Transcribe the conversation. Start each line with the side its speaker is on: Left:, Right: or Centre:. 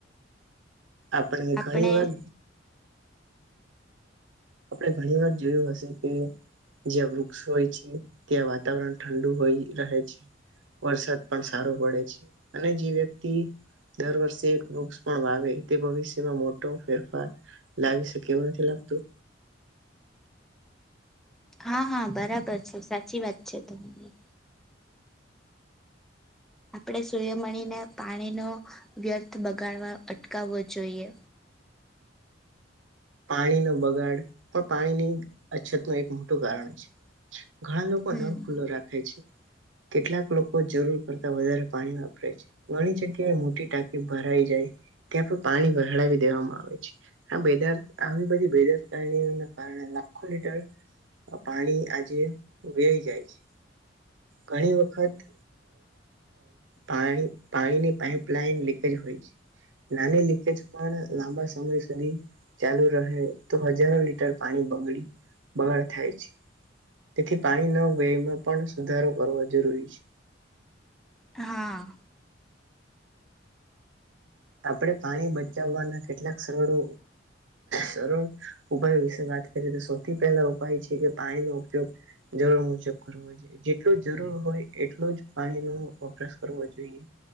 Right: આપણને
Centre: આપણે
Right: ઘણી વાર આપણે ઘણી વાર જોયું હશે કે જ્યાં વૃક્ષ હોય છે ત્યાં વાતાવરણ ઠંડુ હોય રહે છે વરસાદ પણ સારો પડે છે અને જે વ્યક્તિ દર વર્ષે એક વૃક્ષ પણ વાવે તે ભવિષ્યમાં મોટો ફેરફાર લાવી શકે એવું નથી લાગતું
Centre: હા હા બરાબર છે સાચી વાત છે તમારી આપણે સૂય્યમણીને પાણી ન વ્યર્થ બગાડવા અટકાવવો જોઈએ
Right: પાણીનો બગાડ પણ પાણીની અછત ન એક મોટું કારણ છે ઘણા લોકો
Centre: હમ.
Right: નળ ખુલ્લો રાખે છે કેટલાક લોકો જરૂર કરતા વધારે પાણી વાપરે છે ઘણી જગ્યાએ મોટી ટાંકી ભરાઈ જાય ત્યાં પણ પાણી વહળાવી દેવામાં આવે છે આ બાર આવી બધી બેદરકારના કારણે લાખો લીટર પાણી આજે વય જાય છે ઘણી વખત પાણી પાણીની પાઈપલાઈન લીકેજ હોય છે નાની લીકેજ પણ લાંબા સમય સુધી ચાલુ રહે તો હજારો લીટર પાણી બગડી બગાડ થાય છે તેથી પાણી ન વેમાં પણ સુધારો કરવો જરૂરી છે
Centre: હા
Right: આપણે પાણી બચાવવાના કેટલાક સરળો સરળ ઉપાયો વિશે વાત કરીએ તો સૌથી પહેલા ઉપાય છે કે પાણીનો ઉપયોગ જરૂર મુજબ કરવો જોઈએ જેટલ જરૂર હોય એટલું જ પાણીનો વપરાશ કરવો જોઈએ